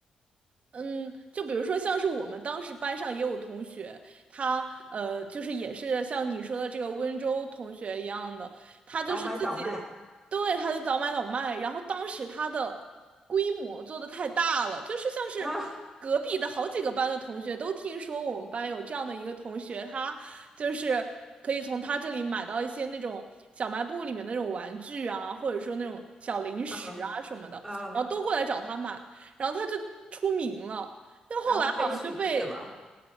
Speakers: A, on the right; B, in the centre.
A: 嗯，就比如说，像是我们当时班上也有同学，他呃，就是也是像你说的这个温州同学一样的，他就是自己，
B: 倒买倒卖
A: 对，他就早买早卖，然后当时他的规模做的太大了，就是像是隔壁的好几个班的同学都听说我们班有这样的一个同学，
B: 啊，
A: 他就是可以从他这里买到一些那种小卖部里面那种玩具啊，或者说那种小零食啊什么的，
B: 嗯嗯，
A: 然后都过来找他买。然后他就出名了，就后来好像就被
B: 然后被取缔了，